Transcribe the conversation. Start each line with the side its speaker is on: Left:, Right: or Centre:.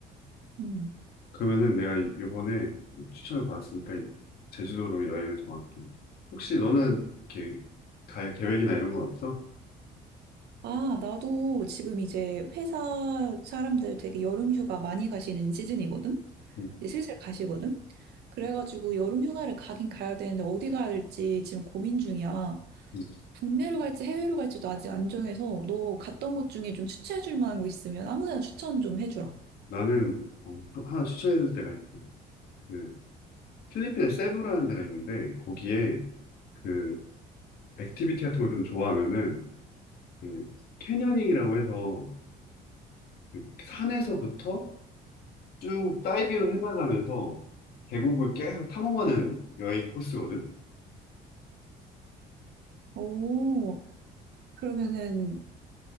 Right: 음.
Left: 그러면은 내가 이- 번에 추천을 받았으니까 제주도로 여행을 정할게. 혹시 너는 이렇게 갈 계획이나 이런 건 없어?
Right: 아, 나도 지금 이제 회사 사람들 되게 여름 휴가 많이 가시는 시즌이거든?
Left: 음,
Right: 이제 슬슬 가시거든? 그래가지고 여름 휴가를 가긴 가야 되는데 어디 가야 될지 지금 고민 중이야.
Left: 음.
Right: 국내로 갈지 해외로 갈지도 아직 안 정해서 너 갔던 곳 중에 좀 추천해줄 만한 곳 있으면 아무 데나 추천 좀 해주라.
Left: 나는 어, 또 하나 추천해줄 데가 있어. 그 필리핀에 세부라는 데가 있는데 거기에 그 액티비티 같은 걸 좀 좋아하면은 그 캐녀닝이라고 해서 그 산에서부터 쭉 다이빙을 해나가면서 계곡을 계속 탐험하는 여행 코스거든.
Right: 오, 그러면은